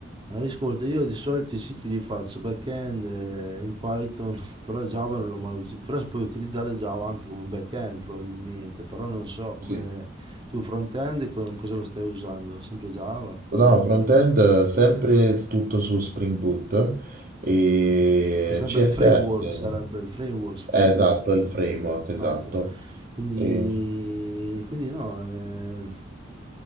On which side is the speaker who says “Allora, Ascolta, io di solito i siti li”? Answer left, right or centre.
Right